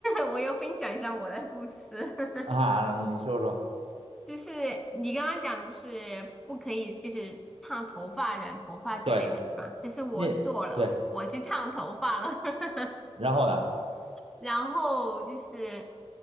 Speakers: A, in the centre; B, on the right.
A: <laughs> 我要分享一下我的故事。
B: 啊，
A: <laughs>
B: 你说说。
A: 就是你刚刚讲的，就是不可以，就是烫头发、染头发之类的是吧？
B: 对。
A: 但是我做了，
B: 你对，
A: 我去烫头发了。<laughs>
B: 然后呢？
A: 然后就是